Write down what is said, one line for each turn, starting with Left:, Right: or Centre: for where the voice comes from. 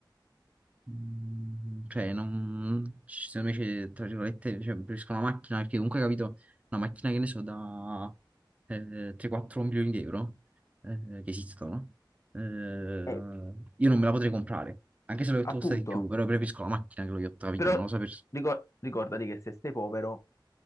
Right: Mm, Cioè, non... ci- secondo me, c'è, tra virgolette, cioè, preferisco una macchina perché comunque, capito, una macchina che ne so, da eh, 3-4 milioni di euro eh, che esistono, eh, io
Left: Eh,
Right: non me la potrei comprare, anche se lo yacht
Left: appunto,
Right: costa di più, però preferisco la macchina che lo yacht, capito?
Left: però
Right: e Non lo so per...
Left: ricor- ricordati che se sei povero,